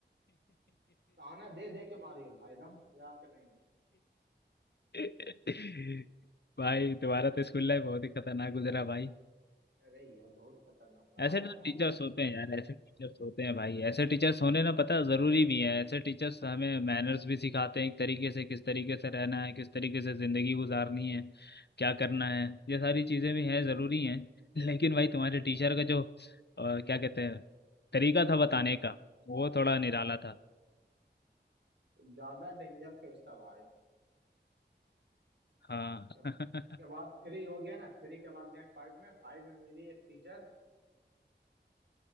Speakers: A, on the right; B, on the left.
A: ताना दे दे के मारी है भाई एकदम मजाक नहीं
B: <laughs> भाई तुम्हारा तो स्कूल लाइफ बहुत ही खतरनाक गुजरा भाई
A: अरे यार बहुत खतरनाक था
B: ऐसे
A: आप बताएं
B: तो टीचर्स होते हैं यार ऐसे टीचर्स होते हैं भाई ऐसे टीचर्स होने ना पता है, जरूरी भी है ऐसे टीचर्स हमें मैनर्स भी सिखाते हैं एक तरीके से किस तरीके से रहना है किस तरीके से जिंदगी गुजारनी है क्या करना है ये सारी चीजें भी हैं जरूरी हैं <laughs> लेकिन भाई तुम्हारे टीचर का जो अ, क्या कहते हैं तरीका था बताने का वो थोड़ा निराला था
A: ज्यादा डेंजर फेस था भाई
B: हाँ
A: उसके
B: <laughs>
A: उसके बाद थ्री हो गया ना थ्री के बाद गए फाइव में फाइव में मिली एक टीचर